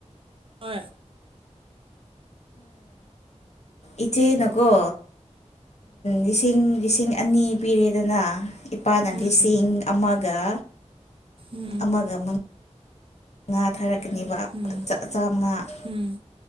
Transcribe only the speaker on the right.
ꯍ
ꯎꯝ
ꯎꯝ
ꯎꯝ
ꯎꯝ